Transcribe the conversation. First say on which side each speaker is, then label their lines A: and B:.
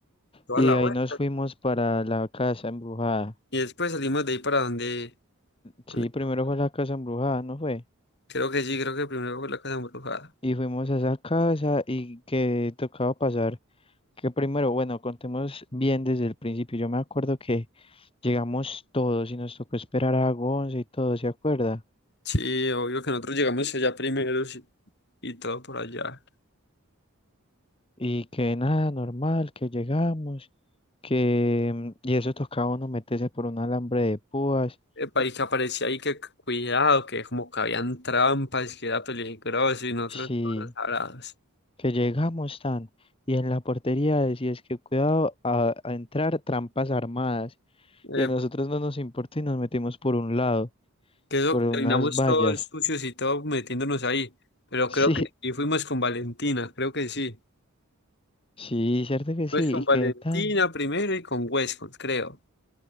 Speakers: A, on the left (about 50°); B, on the left (about 25°).
A: toda
B: Y
A: la
B: de
A: vuelta.
B: ahí nos fuimos para la casa embrujada.
A: Y después salimos de ahí para donde...
B: Sí,
A: donde
B: primero fue la casa embrujada, ¿no fue?
A: Creo que sí, creo que primero fue la casa embrujada.
B: Y fuimos a esa casa y que tocaba pasar. Que primero, bueno, contemos bien desde el principio. Yo me acuerdo que llegamos todos y nos tocó esperar a Gonza y todo, ¿se acuerda?
A: Sí, obvio que nosotros llegamos allá primero sí, y todo por allá.
B: Y que nada, normal, que llegamos, que... mm, Y eso tocaba uno meterse por un alambre de púas.
A: El país que aparecía ahí, que c- cuidado, que como que habían trampas, que era peligroso y nosotros
B: Sí,
A: todos abrados.
B: que llegamos tan. Y en la portería decías que cuidado a, a entrar trampas armadas.
A: Eh,
B: Y a nosotros no nos importa y nos metimos por un lado,
A: que eso
B: por unas
A: terminamos
B: vallas.
A: todos sucios
B: <laughs>
A: y todos metiéndonos ahí. Pero
B: Sí,
A: creo que y fuimos con Valentina, creo que sí.
B: sí, cierto que sí.
A: Fuimos con
B: Y que
A: Valentina
B: tan.
A: primero y con Westcott, creo.